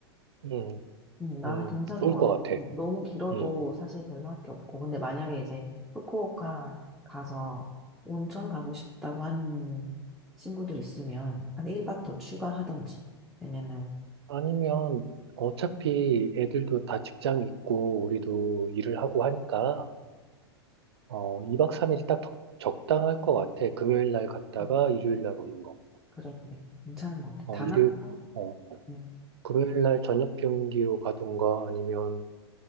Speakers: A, on the right (about 70°); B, in the centre.
A: 음,
B: 음, 나는
A: 음,
B: 괜찮을
A: 좋을
B: 것
A: 것
B: 같아.
A: 같아.
B: 음, 너무 길어도
A: 음.
B: 사실 별로 할 게 없고. 근데 만약에 이제 후쿠오카 가서 온천 가고 싶다고 하는 친구들 있으면 한 1박 더 추가하던지. 왜냐면,
A: 아니면 어차피 애들도 다 직장 있고 우리도 일을 하고 하니까 어, 2박 3일 딱 적- 적당할 것 같아. 금요일 날 갔다가
B: 음,
A: 일요일 날 오는 거.
B: 그래, 그래. 괜찮은 것 같아.
A: 어,
B: 다낭거?
A: 일요일, 어,
B: 음.
A: 금요일 날 저녁 비행기로 가든가 아니면